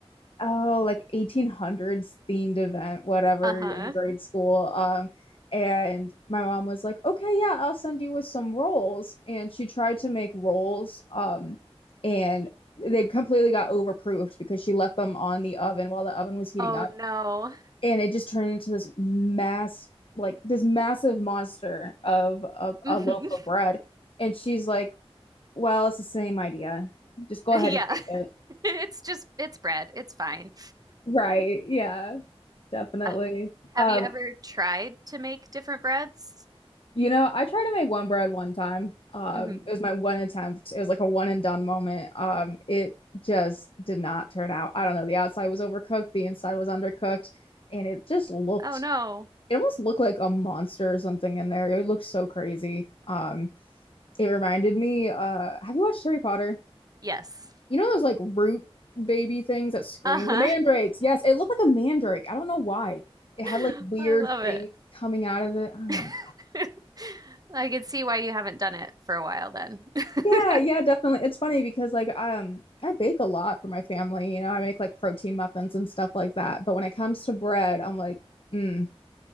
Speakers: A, on the left; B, on the right.
A: oh like 1800s themed event, whatever,
B: Uh-huh.
A: in grade school. Um, and my mom was like, "Okay, yeah, I'll send you with some rolls." And she tried to make rolls, um, and they completely got overproofed because she left them on the oven while the oven was heating
B: Oh
A: up
B: no.
A: and it just turned into this mass like this massive monster of a,
B: Mhm.
A: a loaf of bread and she's like well it's the same idea
B: <laughs>
A: just go
B: Yeah.
A: ahead and take
B: <laughs>
A: it
B: It's just it's bread. It's fine.
A: right yeah definitely
B: Uh, have
A: um
B: you ever tried to make different breads?
A: you know i tried to make one bread one time um
B: hmm
A: it was my one attempt it was like a one and done moment um it just did not turn out i don't know the outside was overcooked the inside was undercooked and it just looked
B: Oh no.
A: it almost looked like a monster or something in there it looked so crazy um It reminded me, uh, have you watched Harry Potter?
B: Yes.
A: You know those like root baby things that scream?
B: Uh-huh.
A: The mandrakes. Yes, it looked like a mandrake. I don't know why. It had
B: <laughs>
A: like weird
B: I love
A: things
B: it.
A: coming out of it. I don't
B: <laughs>
A: know.
B: I can see why you haven't done it for a while then. <laughs>
A: Yeah, yeah, definitely. It's funny because like um I bake a lot for my family, you know, I make like protein muffins and stuff like that. But when it comes to bread, I'm like, mm,